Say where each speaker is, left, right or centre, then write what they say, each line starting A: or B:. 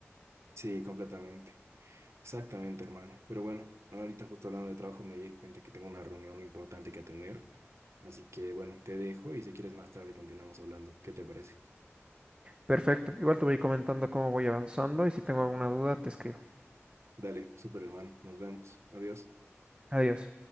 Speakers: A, on the right (about 70°); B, on the right (about 25°).
A: Sí, completamente. Exactamente, hermano. Pero bueno, ahorita justo hablando de trabajo me di cuenta que tengo una reunión importante que atender. Así que bueno, te dejo y si quieres más tarde continuamos hablando. ¿Qué te parece?
B: Perfecto. Igual te voy comentando cómo voy avanzando y si tengo alguna duda, te escribo.
A: Dale, súper hermano. Nos vemos. Adiós.
B: Adiós.